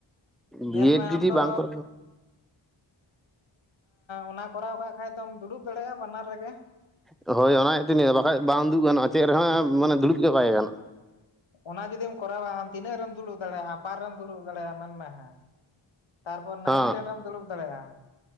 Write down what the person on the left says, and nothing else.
ᱧᱮᱞ
ᱢᱮ
ᱟᱢ ᱫᱚ
ᱚᱱᱟ ᱠᱚᱨᱟᱣ ᱠᱟᱜ ᱠᱷᱟᱡ ᱫᱚᱢ ᱫᱩᱲᱩᱵ ᱫᱟᱲᱮᱭᱟᱜᱼᱟ ᱵᱟᱱᱟᱨ ᱨᱮᱜᱮ
ᱚᱱᱟ ᱡᱩᱫᱤᱢ ᱠᱚᱨᱟᱣᱟ ᱟᱢ ᱛᱤᱱᱟᱹᱜᱢ ᱫᱩᱲᱩᱵ ᱫᱟᱲᱮᱭᱟᱜᱼᱟ ᱟᱯᱟᱨ ᱨᱮᱢ ᱫᱩᱲᱩᱵ ᱫᱟᱲᱮᱭᱟᱜᱼᱟ ᱢᱮᱱᱢ ᱦᱮᱸ ᱛᱟᱨᱯᱚᱨ
ᱱᱟᱭᱤᱱ ᱴᱮᱱ ᱨᱮᱢ ᱫᱩᱲᱩᱵ ᱫᱟᱲᱮᱭᱟᱜᱼᱟ